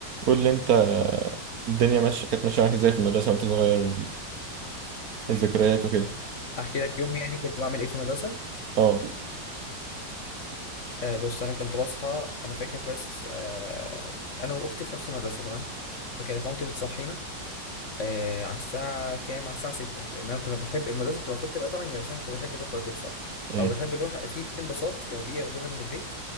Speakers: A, on the right; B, on the left.
A: قول لي انت الدنيا ماشيه كانت ماشيه معاك ازاي في المدرسه وانت صغير والذكريات وكده
B: احكي لك يوم يعني كنت بعمل ايه في المدرسه
A: اه
B: آه بص انا كنت بصحى انا فاكر كويس آه انا واختي في نفس المدرسه تمام فكانت مامتي بتصحينا آه على الساعه كام على الساعه 6 لان انا كنا بنحب المدرسه تبقى المفروض تبقى 8 بس احنا كنا بنحب نروح بدري بصراحه
A: امم
B: او بنحب نروح في اتنين باصات كانوا بيجي ياخدونا من البيت